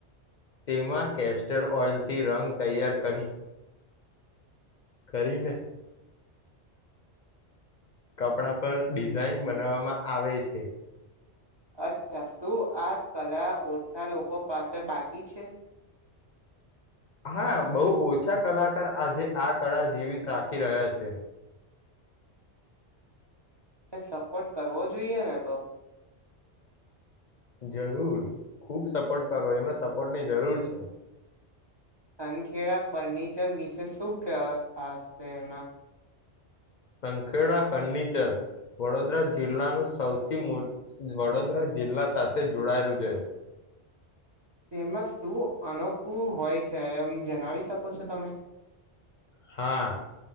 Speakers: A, on the left; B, on the right.
A: તેમાં કેસ્ટર ઓઇલથી રંગ તૈયાર કરી કરીને કપડા પર ડિઝાઇન બનાવવામાં આવે છે.
B: અચ્છા શું આ કલા ઓછા લોકો પાસે બાકી છે.
A: હા બહુ ઓછા કલાકાર આજે આ કળા જીવિત રાખી રહ્યા છે.
B: એ સપોર્ટ કરવો જોઈએ ને તો
A: જરૂર ખુબ સપોર્ટ કરો એમને સપોર્ટ ની જરૂર છે.
B: તનખેડા ફર્નિચર વિશે શું ક ખાસ છે એમાં.
A: સંખેડા ફર્નિચર વડોદરા જિલ્લાનું સૌથી વડોદરા જિલ્લા સાથે જોડાયેલું છે.
B: એમાં શું અનોખું હોય છે એમ જણાવી શકો છો તમે.
A: હા